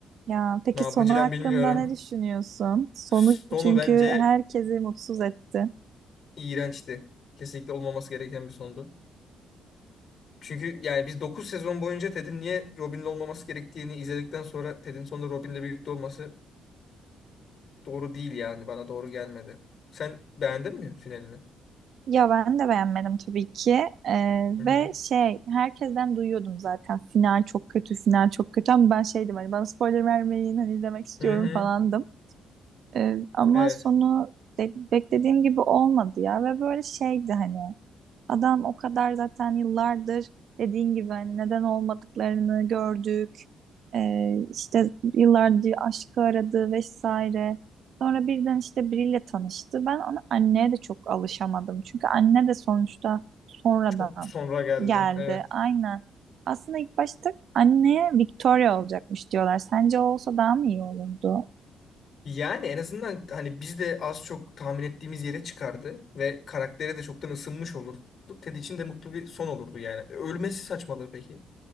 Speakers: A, on the right; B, on the left.
A: Ya peki
B: Ne yapacağım
A: sonu hakkında
B: bilmiyorum.
A: ne düşünüyorsun? Sonu
B: Sonu
A: çünkü
B: bence
A: herkesi mutsuz etti.
B: iğrençti. Kesinlikle olmaması gereken bir sondu. Çünkü yani biz 9 sezon boyunca Ted'in niye Robin'le olmaması gerektiğini izledikten sonra Ted'in sonunda Robin'le birlikte olması doğru değil yani. Bana doğru gelmedi. Sen beğendin mi finalini?
A: Ya ben de beğenmedim tabii ki. Ee,
B: Hı hı.
A: ve şey herkesten duyuyordum zaten final çok kötü, final çok kötü ama ben şeydim hani bana spoiler vermeyin hani izlemek istiyorum
B: Hı hı.
A: falandım. Ee, ama
B: Evet.
A: sonu be- beklediğim gibi olmadı ya ve böyle şeydi hani Adam o kadar zaten yıllardır dediğin gibi hani neden olmadıklarını gördük. Ee, işte yıllardır aşkı aradı vesaire. Sonra birden işte biriyle tanıştı. Ben ona anneye de çok alışamadım. Çünkü anne de sonuçta sonradan
B: Çok sonra geldi.
A: geldi.
B: Evet.
A: Aynen. Aslında ilk başta anneye Victoria olacakmış diyorlar. Sence o olsa daha mı iyi olurdu?
B: Yani en azından hani biz de az çok tahmin ettiğimiz yere çıkardı ve karaktere de çoktan ısınmış olurdu. Ted için de mutlu bir son olurdu yani. Ölmesi saçmalığı peki.